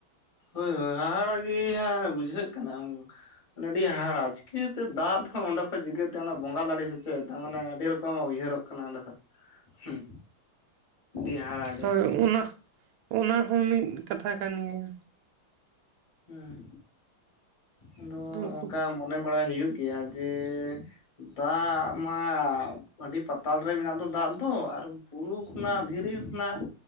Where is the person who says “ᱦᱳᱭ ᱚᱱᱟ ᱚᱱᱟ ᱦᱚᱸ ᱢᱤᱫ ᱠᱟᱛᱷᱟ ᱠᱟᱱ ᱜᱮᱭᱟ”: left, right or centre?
Right